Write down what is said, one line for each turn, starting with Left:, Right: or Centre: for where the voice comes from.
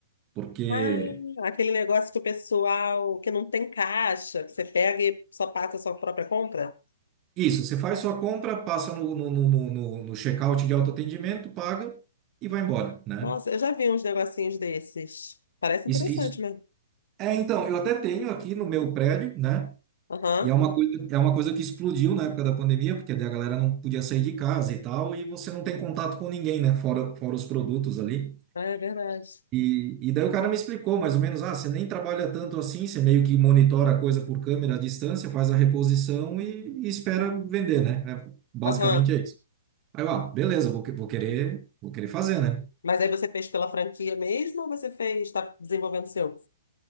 Right: Porque
Left: Ah, aquele negócio que o pessoal que não tem caixa, que você pega e só paga a sua própria compra.
Right: isso, você faz sua compra, passa no, no, no, no, no no check-out de autoatendimento, paga e vai embora, né?
Left: Nossa, eu já vi uns negocinhos desses. Parece
Right: Isso,
Left: interessante
Right: isso.
Left: mesmo.
Right: É, então, eu até tenho aqui no meu prédio, né?
Left: Aham.
Right: E é uma coisa, é uma coisa que explodiu na época da pandemia, porque daí a galera não podia sair de casa e tal, e você não tem contato com ninguém, né? Fora, fora os produtos ali.
Left: Ah, É verdade.
Right: E, e daí o cara me explicou mais ou menos, ah, você nem trabalha tanto assim, você meio que monitora a coisa por câmera à distância, faz a reposição e, e espera vender, né? É, basicamente
Left: Aham.
Right: é isso. Aí eu, ah, beleza, vou, que- vou querer, vou querer fazer, né?
Left: Mas aí você fez pela franquia mesmo ou você fez, está desenvolvendo o seu?